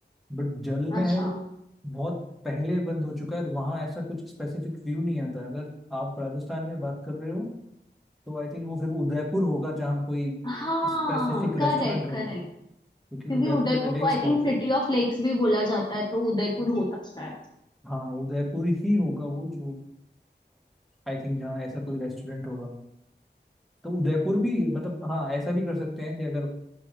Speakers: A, in the centre; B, on the left (about 25°).
A: बट जल महल
B: अच्छा
A: बहुत पहले बंद हो चुका है और वहाँ ऐसा कुछ स्पेसिफिक व्यू नहीं आता है। अगर आप राजस्थान में बात कर रहे हो तो आई थिंक वो फिर उदयपुर होगा जहाँ कोई
B: हाँ
A: स्पेसिफिक रेस्टोरेंट
B: करेक्ट
A: होगा
B: करेक्ट
A: क्योंकि
B: क्योंकि
A: उदयपुर
B: उदयपुर
A: में लेक्स
B: को I
A: बहुत
B: think city
A: है
B: of lakes भी बोला जाता है तो उदयपुर हो सकता है
A: हाँ उदयपुर ही होगा वो जो आई थिंक जहाँ ऐसा कोई रेस्टोरेंट होगा तो उदयपुर भी मतलब हाँ ऐसा भी कर सकते हैं कि अगर